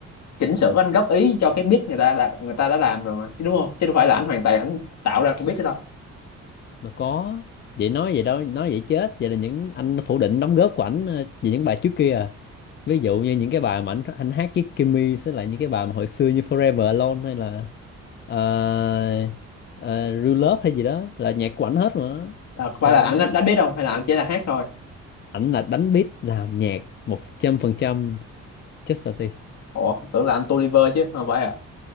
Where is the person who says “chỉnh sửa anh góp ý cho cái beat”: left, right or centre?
Left